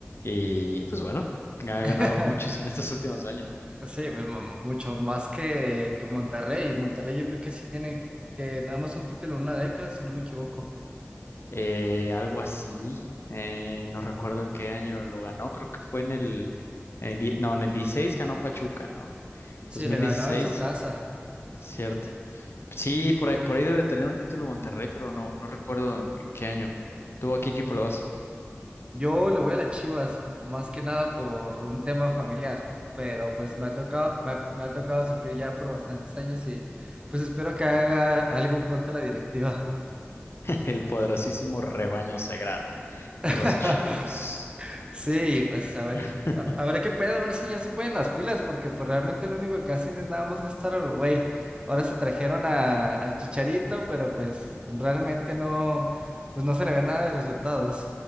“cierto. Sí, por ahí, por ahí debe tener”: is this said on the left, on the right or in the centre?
Left